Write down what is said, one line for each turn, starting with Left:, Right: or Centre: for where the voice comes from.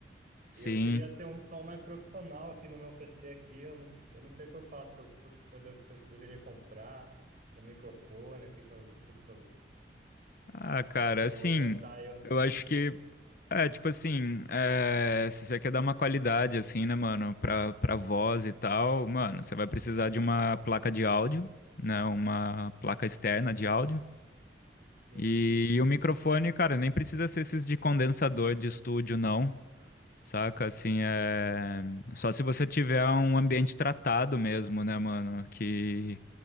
Left: sim.
Right: E eu queria ter um som mais profissional aqui no meu PC aqui, eu não, eu não sei o que eu faço, que eu, que eu, devo- que eu deveria comprar, um microfone, o que que eu, como que eu
Left: Ah, cara,
Right: tenho como
Left: assim,
Right: orientar eu não
Left: eu
Right: sei.
Left: acho
Right: <laughs>
Left: que é tipo assim, é, se você quer dar uma qualidade assim, né, mano, pra, pra voz e tal, mano, você vai precisar de uma placa de áudio, né, uma placa externa de áudio.
Right: Sim.
Left: E, e o microfone, cara, nem precisa ser esses de condensador de estúdio, não. Saca, assim, é. Só se você tiver um ambiente tratado mesmo, né, mano? Que,